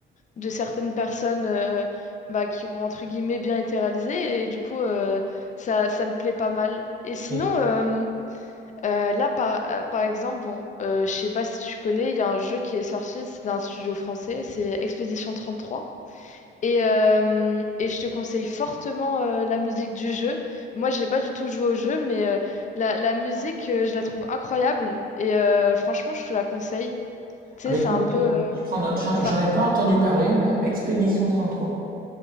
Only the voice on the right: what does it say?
C'est...
Ah
mais
écoute,
euh,
je prends note, j'en
j'en
ai pas entendu parler, euh, Expédition trois